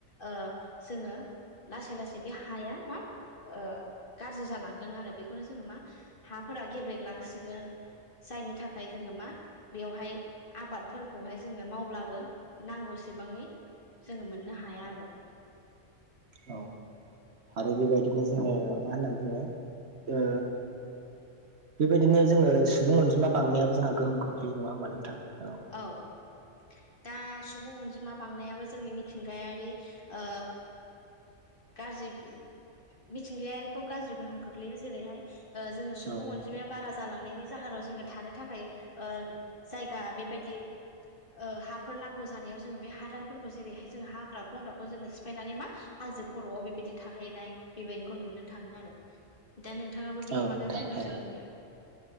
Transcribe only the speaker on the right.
औ । आरो बेबायदिनो जोङो मा होननानै बुङो ओ बेबायदिनो जोङो सुबुं अनजिमा बांनायाबो जोंहा गोहोम खोख्लैयो नङा होमबा नोंथां औ ।
औ
औ
नोंथां
थारैनो